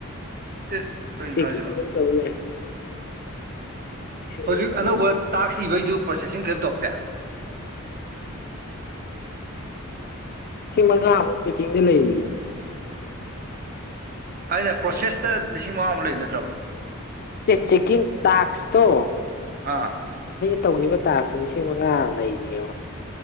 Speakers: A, on the right (about 45°); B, on the left (about 45°).
A: ꯑꯦ ꯀꯩꯅꯣ
B: ꯊꯦ
A: ꯍꯥꯏꯁꯤꯕꯣ
B: ꯇꯧꯂ
A: ꯍꯧꯖꯤꯛ
B: ꯃꯉꯥꯃꯨꯛ
A: ꯑꯅꯧꯕ ꯇꯥꯛ ꯏꯕꯩꯁꯨ ꯄ꯭ꯔꯣꯁꯦ ꯀꯔꯤꯝ ꯇꯧꯔꯇꯦ
B: ꯄ ꯃꯂ ꯀꯗ ꯂꯩꯔꯤ
A: ꯑꯩꯅ ꯄ꯭ꯔꯣꯁꯦꯁꯇ ꯂꯤꯁꯤꯡ ꯃꯉꯥꯃꯨ ꯂꯩ ꯅꯠꯇ꯭ꯔꯕ
B: ꯆꯦꯛꯀꯤ ꯇꯁꯇꯣ
A: ꯑꯥ
B: ꯇꯧꯈꯤꯕ ꯇꯥꯛꯁꯨ ꯂꯤꯁꯤꯡ ꯃꯉꯥ ꯂꯩꯔꯤꯑꯕ